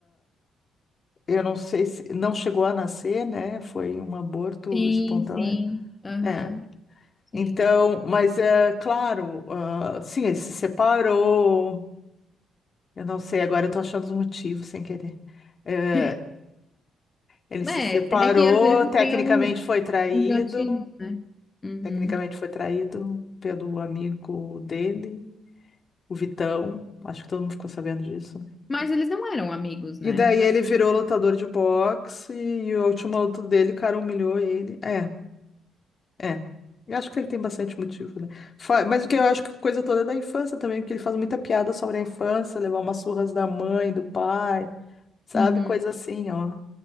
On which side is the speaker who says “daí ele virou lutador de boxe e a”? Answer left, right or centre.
Left